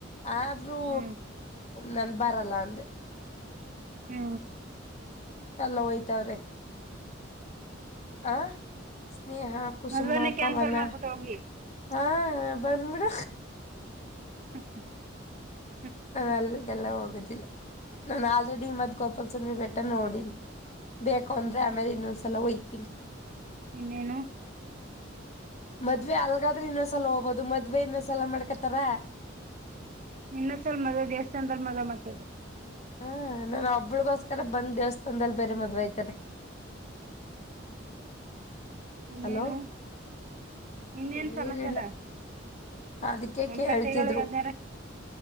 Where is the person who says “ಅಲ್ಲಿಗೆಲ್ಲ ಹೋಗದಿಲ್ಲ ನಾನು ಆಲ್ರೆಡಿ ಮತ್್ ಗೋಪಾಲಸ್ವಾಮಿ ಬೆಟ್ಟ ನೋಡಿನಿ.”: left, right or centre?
Left